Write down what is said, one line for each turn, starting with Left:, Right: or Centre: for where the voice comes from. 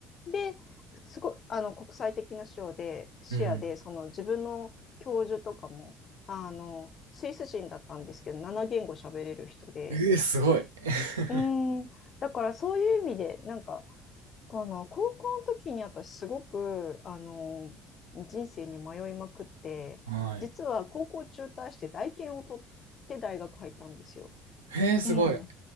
Left: で、すごい、あの、国際的な視野で、視野で、
Right: うん。
Left: その自分の教授とかも、あの、スイス人だったんですけど、7言語喋れる人で、
Right: えー、すごい。<laughs>
Left: うーん、だからそういう意味で、なんか、この高校の時に私すごくあの人生に迷いまくって実は高校中退して大研を取って大学入ったんですよ。
Right: はい。えー、すごい。
Left: うん。